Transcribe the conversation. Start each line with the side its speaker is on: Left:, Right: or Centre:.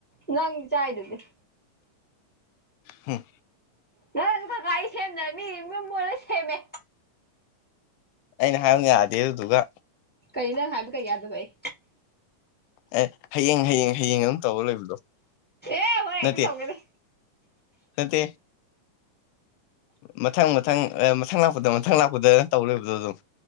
Centre: ꯅꯪ ꯆꯥꯏꯗꯨꯗꯤ
Left: ꯍꯣꯏ
Centre: ꯉ ꯑꯗꯨ ꯀꯥꯏ ꯁ ꯁꯦꯝꯦꯃ ꯅ ꯃꯤ ꯃ ꯁꯦꯃꯦ
Left: ꯑꯩꯅ ꯍꯥꯏꯕ ꯌꯥꯗꯦ ꯑꯗꯨꯗꯨꯒ
Centre: ꯀꯔꯤꯅꯪ ꯍꯥꯏꯕ ꯀꯔꯤ ꯌꯥꯗꯕ ꯑꯩ
Left: ꯑꯦ ꯍꯌꯦꯡ ꯍꯌꯦꯡ ꯍꯌꯦꯡ ꯑꯗꯨꯝ ꯇꯂ ꯏꯣ
Centre: ꯑꯦ ꯍꯣꯔꯦꯟ
Left: ꯅꯠꯇ
Centre: ꯍꯦꯛꯇ ꯇꯧꯒꯦꯅꯦ
Left: ꯅꯠꯇ ꯃꯊꯪ ꯃꯊꯪ ꯃꯊꯪ ꯂꯥꯛꯄꯗ ꯃꯊꯪ ꯂꯥꯛꯄꯗ ꯇꯧ ꯂꯣꯏꯕꯗꯣ ꯑꯗꯨꯝ